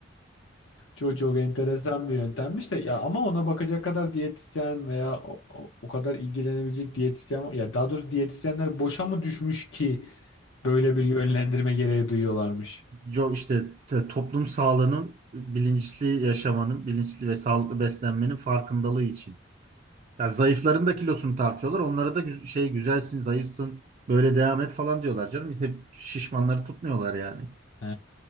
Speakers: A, on the left (about 80°); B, on the right (about 40°).
A: Çok çok enteresan bir yöntemmiş de ya ama ona bakacak kadar diyetisyen veya o, o- o kadar ilgilenebilecek diyetisyen var- ya daha doğrusu diyetisyenler boşa mı düşmüş ki böyle bir yönlendirme gereği duyuyorlarmış.
B: Yo işte te- toplum sağlığının bilinçli yaşamanın, bilinçli ve sağlıklı beslenmenin farkındalığı için. Ya zayıfların da kilosunu tartıyorlar. Onlara da gü- şey güzelsin, zayıfsın, böyle devam et falan diyorlar canım. Hep şişmanları tutmuyorlar yani.
A: He.